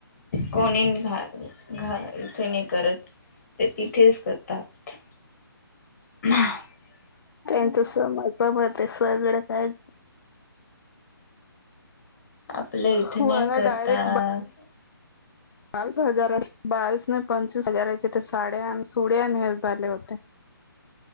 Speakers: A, on the left; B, on the left.
A: कोणी घा घाल कोणी करत. तिथेच करतात. <unintelligible>
B: त्यांचं सम सम ते सगळं काय-
A: आपल्या इथे
B: मला
A: नाही करता-
B: डायरेक्ट बावीस हजारा बावीस नाही पंचवीस हजाराचे ते साड्या न सुड्या हे झाले होते.